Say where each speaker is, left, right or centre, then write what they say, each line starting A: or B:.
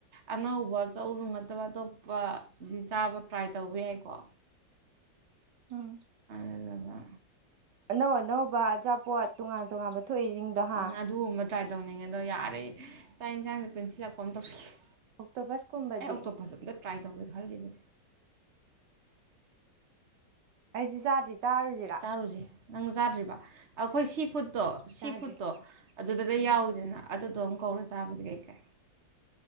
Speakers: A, on the right (about 40°); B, on the right (about 75°).
A: ꯑꯅꯧꯕ ꯆꯧ ꯅꯨꯡ ꯅꯠꯇꯕ ꯑꯇꯣꯞꯄ ꯗꯤ ꯆꯥꯕ ꯇ꯭ꯔꯥꯏ ꯇꯧꯕ ꯌꯥꯏꯀꯣ
B: ꯎꯝ
A: ꯑꯗꯨꯒ
B: ꯑꯅꯧ ꯑꯅꯧꯕ ꯑꯆꯥꯄꯣꯠ ꯇꯣꯉꯥꯟ ꯇꯣꯉꯥꯟꯕ ꯊꯣꯛꯏꯁꯤꯡꯗꯍꯥ
A: ꯎꯝ ꯑꯗꯨꯒꯨꯝꯕ ꯇ꯭ꯔꯥꯏ ꯇꯧꯅꯤꯡꯉꯦ ꯑꯗꯣ ꯌꯥꯔꯦꯌꯦꯦ ꯆꯥꯛ ꯌꯦꯟꯁꯥꯡꯁ ꯄꯦꯟꯁꯤꯜꯂꯛꯄ ꯑꯃ ꯇꯧꯁꯤꯜꯂꯦ
B: ꯑꯣꯛꯇꯣꯕꯁꯀꯨꯝꯕꯗꯤ
A: ꯑꯩ ꯑꯣꯛꯇꯣꯄꯁ ꯑꯝꯇ ꯇ꯭ꯔꯥꯏ ꯇꯧꯒꯦꯗ ꯈꯜꯂꯤꯕꯅꯦ
B: ꯑꯩꯁꯨꯦ ꯆꯗꯦ ꯆꯥꯔ ꯖꯤꯔꯥ
A: ꯆꯥꯔꯨꯁꯦ ꯅꯪ ꯌꯥꯥꯗ꯭ꯔꯤꯕ ꯑꯩꯈꯣꯏ ꯁꯤ ꯐꯨꯠ ꯇꯣ ꯁꯤ
B: ꯆꯥꯗ꯭ꯔꯤ
A: ꯐꯨꯗꯠꯇꯣ ꯑꯗꯨꯗ ꯂꯣꯏ
B: ꯎꯝ
A: ꯌꯥꯎꯏꯤꯗꯅ ꯑꯗꯨꯗꯣ ꯑꯃꯨꯛ ꯀꯧꯔ ꯆꯕꯗ ꯀꯩ ꯀꯦ